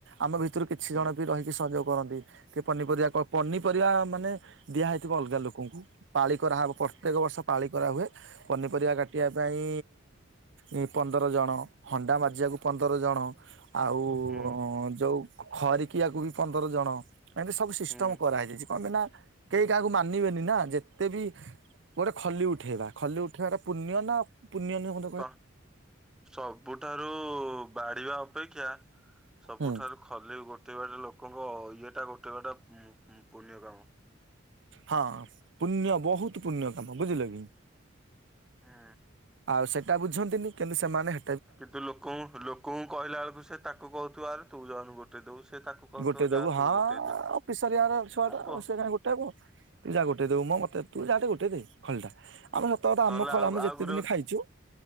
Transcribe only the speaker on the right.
ଆମ ଭିତରୁ କିଛି
ଜଣ ବି ରହି କି ସଂଯୋଗ କରନ୍ତି କି ପନିପରିବା କଣ ପନିପରିବା ମାନେ ଦିଆହଇଥିବ ଅଲଗା ଲୋକଙ୍କୁ ପାଳି କରାହବ ପ୍ରତ୍ୟେକ ବର୍ଷ ପାଳି କରାହୁଏ ପନିପରିବା କାଟିବା ପାଇଁ ଏ ପନ୍ଦର ଜଣ ହଣ୍ଡା ମଜିବାକୁ ପନ୍ଦର ଜଣ ଆଉ
ଯଉଁ ଖରିକିଆକୁ ବି ପନ୍ଦର ଜଣ ଏମିତି ସବୁ ସିଷ୍ଟମ
କରା ହେଇଯାଇଚି କଣ କି ନା କେହି କାହାକୁ ମାନିବେନି ନା ଯେତେ ବି ଗୋଟେ ଖଲି ଉଠେଇବା ଖଲି ଉଠେଇବାଟା ପୁଣ୍ୟ ନା ପୁଣ୍ୟ ନୁହେ?
ହୁଁ।
ହଁ ପୁଣ୍ୟ ବହୁତ ପୁଣ୍ୟ କାମ ବୁଝିଲ କି?
ଆଉ ସେଟା ବୁଝନ୍ତିନି କିନ୍ତୁ ସେମାନେ ହେ
ଗୋଟେ ଦେବୁ
ହଁ
ଅପିସରିଆ ଛୁଆଟା
ସେ କାଇଁ ଗୋ ଟାକୁ ତୁ ଯା ଗୋଟେଇ ଦବୁ ମୁଁ ମତେ ତୁ ଯା ଟିକିଏ ଗୋଟେଇ ଦେ। <unintelligible>
ଆମେ
ଯେତେଦିନ
ଖାଇଛୁ